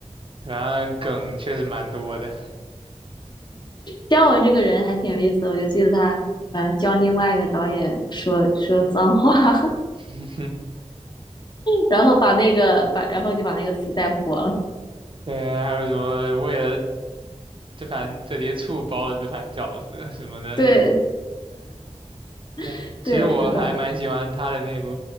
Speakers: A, on the right; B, on the left.
A: 反正梗确实蛮多的。
B: 姜文这个人还挺有意思的，我就记得他，嗯，教另外一个导演说说脏话，<laughs>
A: <laughs>
B: 然后把那个把，然后就把那个词带火了。
A: 对，还有什么为了这盘折叠醋包的这盘饺子什么的。
B: 对，
A: 对，
B: <laughs> 对，
A: 其实我还蛮喜欢他的那部
B: 是的。